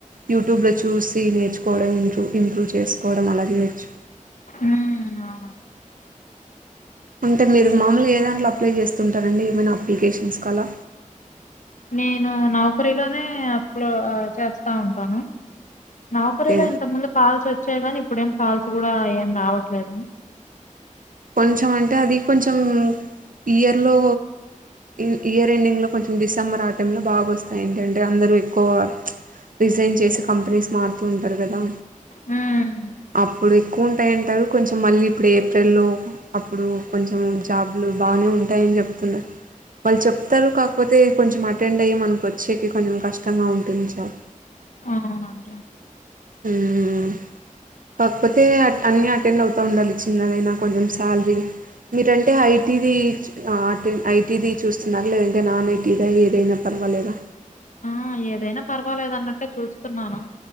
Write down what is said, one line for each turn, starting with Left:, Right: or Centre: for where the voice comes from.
Right: యూట్యూబ్లో చూసి కీ నేర్చుకోవడం ఇంచు ఇంప్రూవ్ చేసుకోవడం అలాగే చేయొచ్చు
Left: హ్మ్ అవును
Right: అంటే మీరు మామూలుగా ఏ దాంట్లో అప్లై చేస్తుంటారండి ఏమైనా అప్లికేషన్స్ కి అలా
Left: నేను నౌకరీ లోనే అప్లోడ్ చేస్తా ఉంటాను నౌకరిలో
Right: ఓకే
Left: ఇంతకు ముందు కాల్స్ వచ్చాయి గాని ఇప్పుడేం కాల్స్ కూడా ఏం రావట్లేదు
Right: కొంచెం అంటే అది కొంచెం ఇయర్లో ఇ ఇయర్ ఎండింగ్లో కొంచెం డిసెంబర్ ఆ టైంలో బాగొస్తాయి, ఏంటంటే అందరూ ఎక్కువ ప్చ్ రిజైన్ చేసి కంపెనీస్ మారుతూ ఉంటారు గదా.
Left: హ్మ్.
Right: అప్పుడు ఎక్కువ ఉంటాయంటారు కొంచెం మళ్ళీ ఇప్పుడు ఏఫ్రెల్లో అప్పుడు కొంచెం జాబ్లు బానే ఉంటాయని చెప్తున్నరు. వాళ్ళు చెప్తారు కాకపోతే కొంచెం అటెండ్ అయ్యి మనకు వచ్చేకి కొంచెం కష్టంగా ఉంటుంది జాబ్.
Left: అవునండి.
Right: ఉమ్ కాకపోతే అన్నీ అటెండ్ అవుతూ ఉండాలి చిన్నదైనా కొంచెం శాలరీ మీరంటే ఐటీది అ ఐటీది చూస్తున్నారు లేదంటే నాన్ ఐటీదా ఏదైనా పర్వాలేదా,
Left: ఆ ఏదైనా పర్వాలేదు అన్నట్టే చూస్తున్నాను